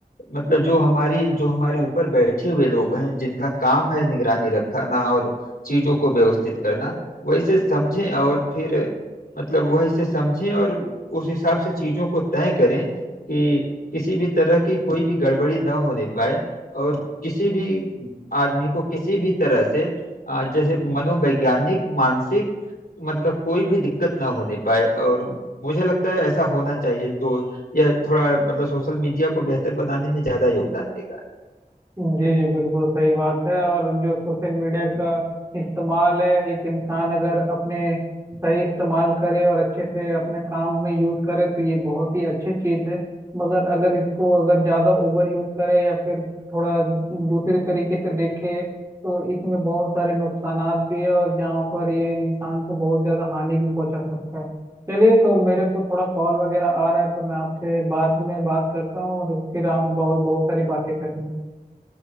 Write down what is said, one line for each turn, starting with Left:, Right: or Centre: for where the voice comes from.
Left: मतलब जो हमारी जो हमारे ऊपर बैठे हुए लोग हैं जिनका काम है निगरानी रखना और चीजों को व्यवस्थित करना वैसे समझें और फिर मतलब वही से समझें और उस हिसाब से चीजों को तय करें कि किसी भी तरह की कोई भी गड़बड़ी ना होने पाए और किसी भी आदमी को किसी भी तरह से अ, जैसे मनोवैज्ञानिक मानसिक मतलब कोई भी दिक्कत ना होने पाए और मुझे लगता है ऐसा होना चाहिए तो यह थोड़ा मतलब सोशल मीडिया को बेहतर बनाने में ज्यादा योगदान देगा
Right: जी जी बिल्कुल सही बात है और जो सोशल मीडिया का इस्तेमाल है एक इंसान अगर अपने सही इस्तेमाल करे और अच्छे से अपने काम में यूज करे तो ये बहुत ही अच्छी चीज है मगर अगर इसको अगर ज्यादा ओवर यूज करे या फिर थोड़ा दूसरी तरीके से देखे तो इसमें बहुत सारे नुकसानात भी है और जहाँ पर ये इंसान को बहुत ज्यादा हानि भी पहुंचा सकता है चलिए तो मेरे को थोड़ा कॉल वगैरह आ रहा है तो मैं आपसे बाद में बात करता हूँ और फिर हम बहुत बहुत सारी बातें करेंगे